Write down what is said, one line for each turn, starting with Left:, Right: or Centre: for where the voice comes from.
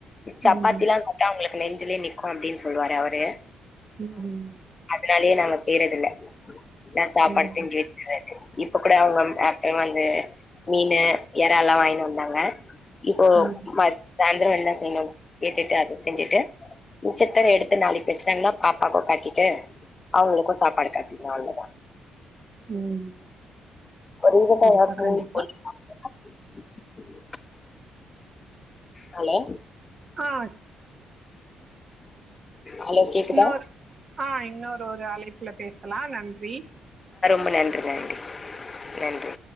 Left: சப்பாத்திலா
Right: ம்
Left: சாப்ட்டா அவுங்களுக் நெஞ்சுலயே நிக்கூ அப்டின் சொல்லுவாரு அவரு
Right: ம் ம்
Left: துனாலயே நாங்க செய்றது இல்ல னா சாப்பாடு
Right: ம்
Left: செஞ்சு வச் இப்ப கூட அவுங்க ம் லாஸ்ட் டைம்வந்து மீனு எறால்லா வாங்கிட்டு வந்தாங்க இப்போ
Right: ம்
Left: ம சாயந்திரோ என்னா செய்ணு கேட்டுட்டு அத செஞ்சுட்டு மிச்சத்த எடுத்து நாளைக்கு வச்சுட்டாங்னா பாப்பாக்கூ காட்டிட்டு அவுங்களுக்கு சாப்பாடு கட்டிருவே அவ்ளோ தா
Right: ம்
Left: <inaudible>
Right: கண்டிப்பா கண்டிப்பா
Left: ஹலோ
Right: ஆ
Left: ஹலோ கேக்குதா
Right: இன்னொரு ஆ இன்னொரு ஒரு அழைப்புல பேசலா நன்றி
Left: ம்ப நன்றி நன்றி நன்றி